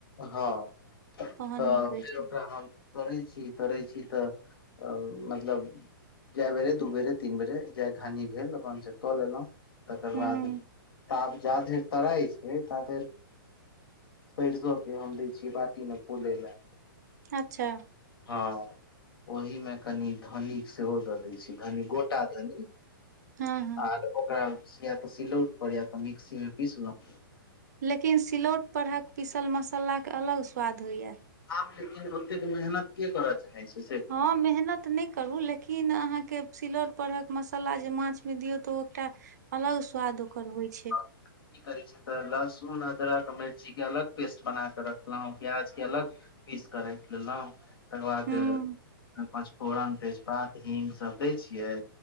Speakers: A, on the left; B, on the right.
A: हँ तऽ
B: तहन नीक होइ
A: फेर
B: छै
A: ओकरा हम तोड़ै छी तोड़ै छी तऽ मतलब जय बेरे दू बेरे, तीन बेरे जय घानी भेल अपन से कऽ लेलहुं। तकर
B: हूँ
A: बाद ताप जाधेर तराई हे तातिर बैसलौं कि हम दै छियै बाटी मे फुले लए।
B: अच्छा।
A: हँ ओहि मे कनि धनी सेहो दऽ दै छी कनि गोटा धनी।
B: हँ हँ
A: आर ओकरा या तऽ सिलौट पर या तऽ मिक्सी मे पीसलों।
B: लेकिन सिलौट परहक पीसल मसालाके अलग स्वाद होइए।
A: आब लेकिन ओतेक मेहनत के करऽ चाहे छैय।
B: हँ मेहनत नै करू लेकिन किन अहाँके सिलौट परहक मसाला जे माछ मे दियौ तऽ ओ एकटा अलग स्वाद ओकर होइत।
A: की करै छैय। तऽ लहसुन, अदरक, मिर्चीके अलग पेस्ट बना कऽ रखलहुँ प्याजके अलग पीस कऽ रखिलेलहुॅं। तकर बाद
B: हुं।
A: पचफोरन, तेजपात, हींग सभ दै छियै।